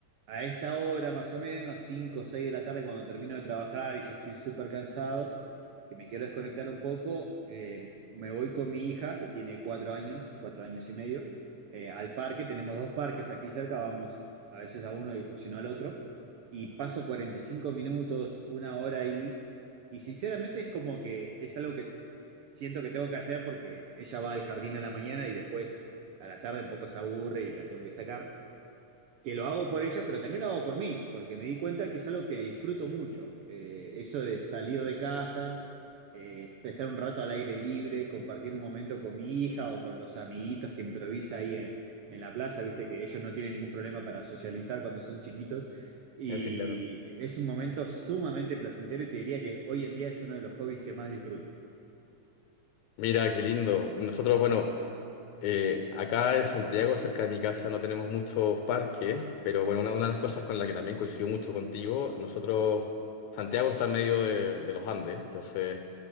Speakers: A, on the right (about 65°); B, on the left (about 80°).
A: a esta hora más o menos, 5 o 6 de la tarde, cuando termino de trabajar y ya estoy súper cansado, que me quiero desconectar un poco, eh, me voy con mi hija, que tiene cuatro años, cuatro años y medio, eh, al parque, tenemos dos parques aquí cerca, vamos a veces a uno y, o si no al otro, y paso 45 minutos, una hora ahí, y sinceramente es como que es algo que siento que tengo que hacer porque ella va al jardín a la mañana y después a la tarde un poco se aburre y la tengo que sacar que lo hago por ella, pero también lo hago por mí, porque me di cuenta que es algo que disfruto mucho. Eh, eso de salir de casa, eh, estar un rato al aire libre, compartir un momento con mi hija o con los amiguitos que improvisa ahí en, en la plaza, viste que ellos no tienen ningún problema para socializar cuando son chiquitos. Y
B: Sí, claro.
A: es un momento sumamente placentero y te diría que hoy en día es uno de los hobbies que más disfruto.
B: Mira, qué lindo. Nosotros, bueno. Eh, acá en Santiago, cerca de mi casa, no tenemos muchos parques, pero bueno, una, una de las cosas con la que también coincido mucho contigo, nosotros, Santiago está en medio de, de los Andes, entonces